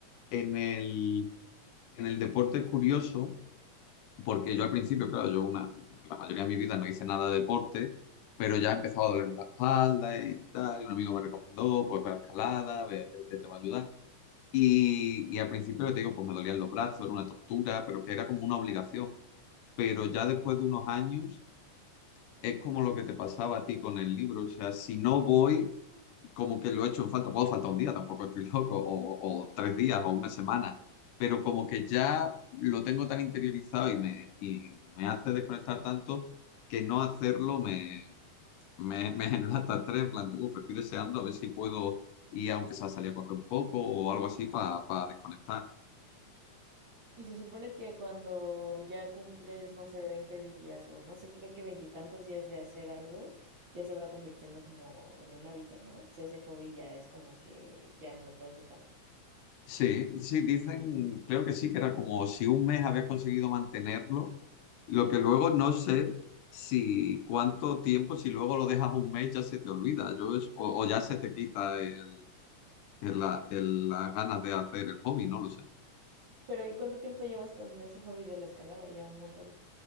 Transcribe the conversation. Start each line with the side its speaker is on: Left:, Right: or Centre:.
Left: En el, en el deporte es curioso, porque yo al principio, claro, yo una, la mayoría de mi vida no hice nada de deporte, pero ya empezaba a dolerme la espalda y tal, y un amigo me recomendó, pues ve a escalada, ve que te va a ayudar. Y, y al principio, lo que te digo, pues me dolían los brazos, era una tortura, pero que era como una obligación. Pero ya después de unos años, es como lo que te pasaba a ti con el libro. O sea, si no voy, como que lo he hecho en falta. Puedo faltar un día, tampoco estoy loco, o, o tres días, o una semana. Pero como que ya lo tengo tan interiorizado y me, y me hace desconectar tanto que no hacerlo me, me, me <laughs> genera hasta estrés. En plan, de, "Uf, estoy deseando a ver si puedo ir, aunque sea salir a correr un poco o algo así, para desconectar.
Right: Y se supone que cuando ya cumples, no sé, 20 días o no sé, creo que veintitantos días de hacer algo, ya se va convirtiendo como en un hábito, ¿no? O sea, ese hobby ya es como que ya no lo puedes dejar.
Left: Sí, sí, dicen, creo que sí, que era como si un mes había conseguido mantenerlo, lo que luego no sé si cuánto tiempo, si luego lo dejas un mes ya se te olvida, yo es- o, o ya se te quita el, el- la, el- las ganas de hacer el hobby, no lo sé.
Right: Pero ¿y cuánto tiempo llevas con ese hobby de la escalada? Ya un montón.